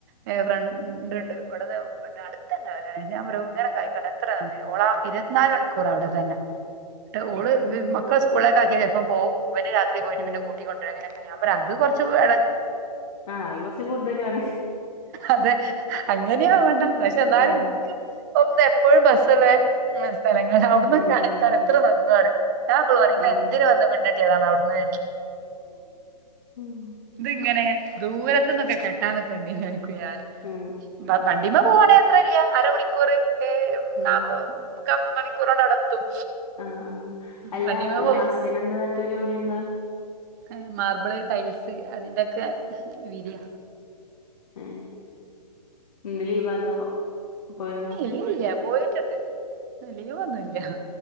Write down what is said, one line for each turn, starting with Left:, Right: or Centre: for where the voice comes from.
Right: എ ഫ്രണ്ട്ണ്ട് ഇവ്ട്ന്ന് അട്ത്തെന്നെ <unintelligible> ഞാൻ പറയും ഇങ്ങനെ കായികണ് ത്രന്നെ ഓളാ ഇരുത്തിനാല് മണിക്കൂർ അവടെതെന്ന ഓള്
Left: ഉം
Right: മക്കളെ സ്കൂളിലേക്കാകി ചെല്പം പോവും ഇവന് രാത്രി പോയിട്ട്
Left: ഏ
Right: പിന്നെ കൂട്ടിക്കൊണ്ടുവര ങ്ങനെ. ഞാൻ പറ അത് കൊറച്ച് എടക്
Left: ആഹ് അത് കൊറച്ച് കൂടുതലാണ്.
Right: അതെ അങ്ങനെയാ വേണ്ടേ പക്ഷെ ന്നാലും
Left: ആ
Right: ഇന്ക്ക് ഒന്ന് എപ്പോഴും ബസ്സല്ലേ സ്ഥലങ്ങൾ അവിടന്നൊക്കെ
Left: ആ ആ
Right: എത്ര <unintelligible> ഞ പ്പളും പറയും ങ്ങള്
Left: ആ
Right: എന്തിന് വന്ന് പെണ്ണ് കെട്ടിയതാണവ്ട്ന്ന്
Left: ഉം
Right: ഇത്ങ്ങനെ ദൂരത്ത്ന്നൊക്കെ കെട്ടാന്നിക്കണ്ടിനോ ക്കു ഞാന്
Left: ഉം
Right: വണ്ടിമ്മ പോവാണേ അത്രല്ല അരമണി ക്കൂറ് ഏഹ്
Left: ഉം
Right: നാപ്പത് മുക്കാ മണിക്കൂറോണ്ടവടെത്തും
Left: ആഹ് ആഹ് അല്ല
Right: വണ്ടീമേ പോവും
Left: ഹസ്സിന് എന്താ എന്നിട്ട് ജോലി എന്താ
Right: ഈ മാർബിള്, ടൈൽസ് അയ്ന്റൊക്കെ വിരിയാ
Left: ഉം ഇന്ന് ലീവാതോ പോയെണോ?
Right: ഇന്നില്ല പോയിറ്റ്ണ്ട് ലീവൊന്നുല്ല